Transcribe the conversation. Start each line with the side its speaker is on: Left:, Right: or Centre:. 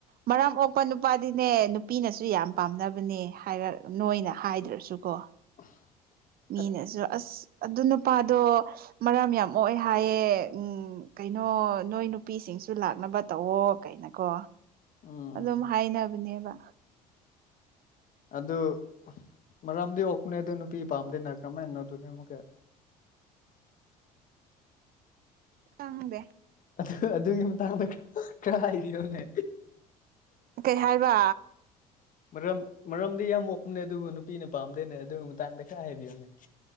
Right: ꯃꯔꯝ ꯑꯣꯛꯄ ꯅꯨꯄꯥꯗꯤꯅꯦ ꯅꯨꯄꯤꯅꯁꯨ ꯌꯥꯝ ꯄꯥꯝꯅꯕꯅꯦ ꯍꯥꯏꯔ ꯅꯣꯏꯅ ꯍꯥꯏꯗ꯭ꯔꯁꯨꯀꯣ
Left: <unintelligible>
Right: ꯃꯤꯅꯁꯨ ꯑꯁ ꯑꯗꯨ ꯅꯨꯄꯥꯗꯣ ꯃꯔꯥꯝ ꯌꯥꯝ ꯑꯣꯑꯦ ꯍꯥꯏꯌꯦ ꯎꯝ ꯀꯩꯅꯣ ꯅꯣꯏ ꯅꯨꯄꯤꯁꯤꯡꯁꯨ ꯂꯥꯛꯅꯕ ꯇꯧꯋ ꯀꯩꯅꯀꯣ
Left: ꯎꯝ
Right: ꯑꯗꯨꯝ ꯍꯥꯏꯅꯕꯅꯦꯕ
Left: ꯑꯗꯨ ꯃꯔꯝꯗꯤ ꯑꯣꯛꯄꯅꯦ ꯑ ꯑꯗꯨ ꯅꯨꯄꯤ ꯄꯥꯝꯗꯅ ꯀꯝꯍꯥꯏꯅꯣ ꯑꯗꯨꯅꯤ ꯑꯃꯨꯛꯀ
Right: ꯑꯪꯗꯦ
Left: ꯑꯗꯨ ꯑꯗꯨꯒꯤ ꯃꯇꯥꯡꯗ ꯈꯔ ꯍꯥꯏꯕꯤꯌꯣꯅꯦ
Right: ꯀꯩ ꯍꯥꯏꯕ
Left: ꯃꯔꯝ ꯃꯔꯝꯗꯤ ꯌꯥꯝ ꯑꯣꯛꯄꯅꯦ ꯑꯗꯨꯕꯨ ꯅꯨꯄꯤꯅ ꯄꯥꯝꯗꯦꯅꯦ ꯑꯗꯨꯒꯤ ꯃꯇꯥꯡꯗ ꯈꯔ ꯍꯥꯏꯕꯤꯌꯝꯅꯦ <unintelligible>